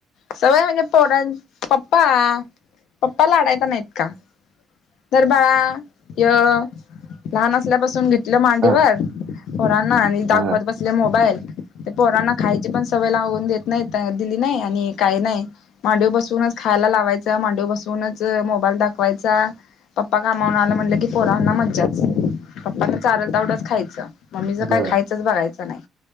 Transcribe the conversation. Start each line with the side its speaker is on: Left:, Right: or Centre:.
Left: सवय म्हणजे पोर, पप्पा पप्पाला अडायता नाहीत का. तर बाळा य लहान असल्यापासून घेत तलं मांडीवर
Right: हा
Left: पोरांना आणि दाखवत
Right: हा
Left: बसले मोबाईल. ते पोरांना खायची पण सवय लावून देत नाही दिली नाही आणि काही नाही. मांडव बसूनच खायला लावायचा, मांडवी बसूनच मोबाईल दाखवायचा. पप्पा कामावरून आलं म्हटलं की पोरांना मज्जाच पप्पांना चाल तेवढंच खायचं. मम्मीच
Right: बर
Left: काय खायचंच बघायचं नाही,